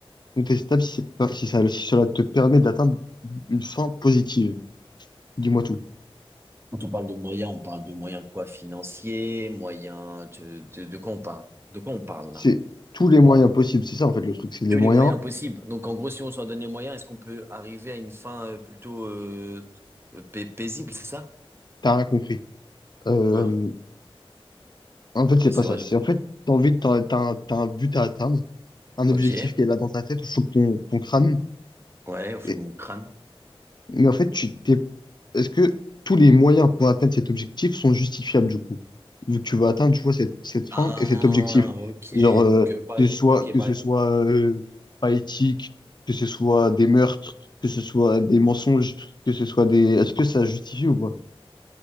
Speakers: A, on the left (about 45°); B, on the right (about 25°).
A: contestables si, c'est pas- si ça, si cela te permet d'atteindre une fin positive? Dis-moi tout.
B: Quand on parle de moyens, on parle de moyens quoi? Financiers, moyens de, de, de quoi on parle? De quoi on parle
A: C'est
B: là?
A: tous les moyens possibles, c'est ça en fait le truc, c'est les
B: Tous
A: moyens.
B: les moyens possibles. Donc en gros, si on s'en donne les moyens, est-ce qu'on peut arriver à une fin euh, plutôt euh, t- euh, pai- paisible, c'est ça?
A: T'as rien compris. Euh,
B: Quoi?
A: en fait, c'est
B: Ouais,
A: pas
B: c'est
A: ça.
B: vrai. j'ai
A: C'est
B: pas-
A: en fait,
B: j'ai-
A: t'as envie de, t'as, t'as un, t'as un but à atteindre, un objectif
B: Ok.
A: qui est là dans ta tête, au fond de ton, ton crâne.
B: Ouais, au fond
A: Et-
B: de mon crâne.
A: mais en fait, tu t'es, est-ce que tous les moyens pour atteindre cet objectif sont justifiables du coup? Vu que tu veux atteindre, tu vois, cette, cette fin
B: Ah,
A: et cet objectif.
B: ok.
A: Genre, euh,
B: Donc euh, par
A: que
B: exemple,
A: ce soit,
B: ok.
A: que
B: par-
A: ce soit euh, pas éthique, que ce soit des meurtres, que ce soit des mensonges, que ce soit des... Est-ce que ça justifie ou pas?